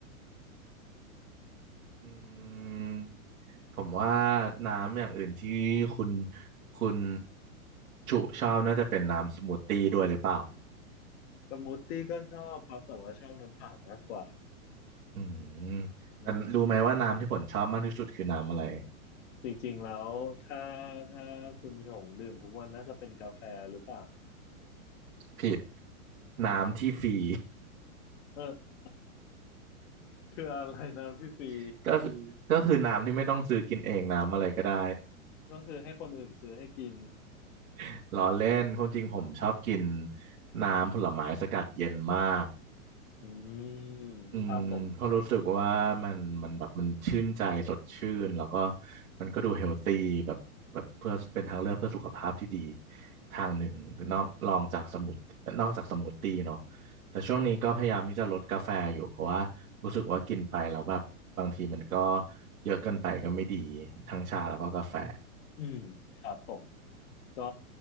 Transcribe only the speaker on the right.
อืมผมว่าน้ำอย่างอื่นที่คุณคุณฉุชอบน่าจะเป็นน้ำสมูทตี้ด้วยหรือเปล่า
อืมแต่รู้ไหมว่าน้ำที่ผมชอบมากที่สุดคือน้ำอะไร
ผิดน้ำที่ฟรี
<laughs> ก็คืออืมก็คือน้ำที่ไม่ต้องซื้อกินเองน้ำอะไรก็ได้
<laughs> ล้อเล่นความจริงผมชอบกิน
น้ำผลไม้สกัดเย็นมาก
อืมเพราะรู้สึกว่ามันมันแบบมันชื่นใจสดชื่นแล้วก็มันก็ดูเฮลตี้แบบแบบเพื่อเป็นทางเลือกเพื่อสุขภาพที่ดี
ทางหนึ่งนอกรองจากสมุดนอกจากสมูทตี้เนาะแต่ช่วงนี้ก็พยายามที่จะลดกาแฟอยู่เพราะว่ารู้สึกว่ากินไปแล้วแบบบางทีมันก็เยอะเกินไปก็ไม่ดีทั้งชาแล้วก็กาแฟ